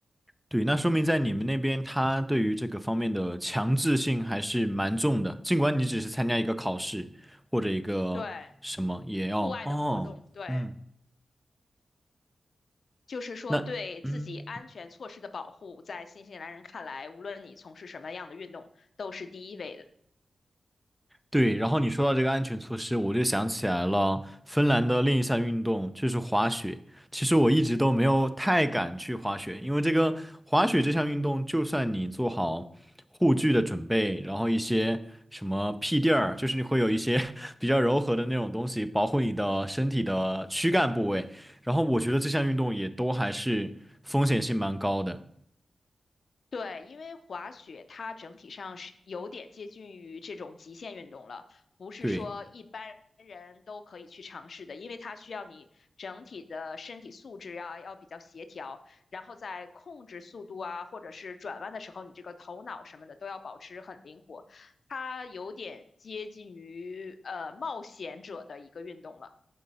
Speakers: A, in the centre; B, on the left.
A: 对，那说明在你们那边，他对于这个方面的强制性还是蛮重的。尽管你只是参加一个考试或者一个什么，
B: 对。
A: 也要哦，
B: 户外的活动，对，
A: 嗯，
B: 就是说对自己安全措施的保护，
A: 那嗯。
B: 在新西兰人看来，无论你从事什么样的运动，都是第一位的。
A: 对，然后你说到这个安全措施，我就想起来了，芬兰的另一项运动就是滑雪。其实我一直都没有太敢去滑雪，因为这个滑雪这项运动，就算你做好护具的准备，然后一些什么屁垫儿，就是你会有一些 <laughs> 比较柔和的那种东西保护你的身体的躯干部位，然后我觉得这项运动也都还是风险性蛮高的。
B: 对，因为滑雪它整体上是有点接近于这种极限运动了，不是说一般人都可以去尝试的，
A: 对。
B: 因为它需要你整体的身体素质啊，要比较协调，然后在控制速度啊，或者是转弯的时候，你这个头脑什么的都要保持很灵活，它有点接近于呃冒险者的一个运动了。